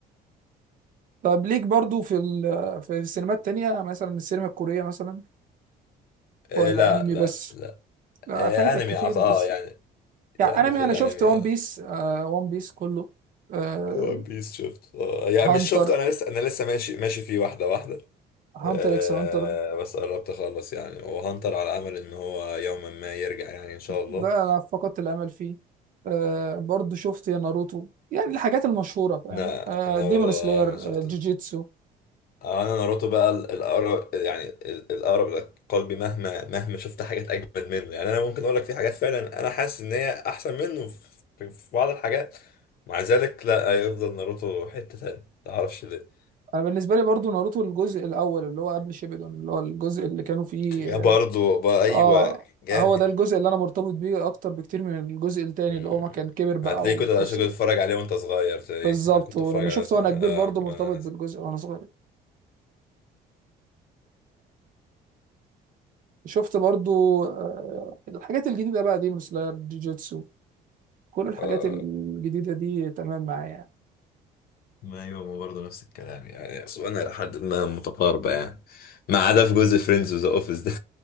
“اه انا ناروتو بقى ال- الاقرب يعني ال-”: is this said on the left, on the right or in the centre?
Left